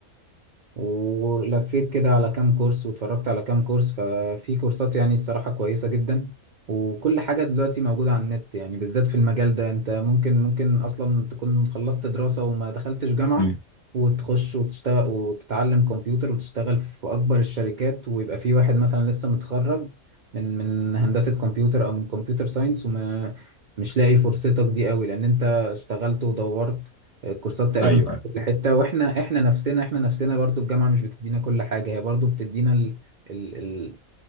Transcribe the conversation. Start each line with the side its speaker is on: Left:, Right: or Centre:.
Right: ولفيت كده على كام كورس واتفرجت على كام كورس ففي كورسات يعني الصراحة كويسة جدا وكل حاجة دلوقتي موجودة على النت يعني بالذات في المجال ده انت ممكن ممكن اصلا تكون خلصت دراسة وما دخلتش جامعة
Left: امم
Right: وتخش وتشتغل وتتعلم كمبيوتر وتشتغل في اكبر الشركات ويبقى في واحد مثلا لسه متخرج من من هندسة كمبيوتر او من كمبيوتر ساينس وما مش لاقي فرصتك دي قوي لان انت اشتغلت ودورت الكورسات تقريبا
Left: ايوه أيوة.
Right: الحتة واحنا احنا نفسنا احنا نفسنا برضو الجامعة مش بتدينا كل حاجة هي برضو بتدينا ال... ال... ال...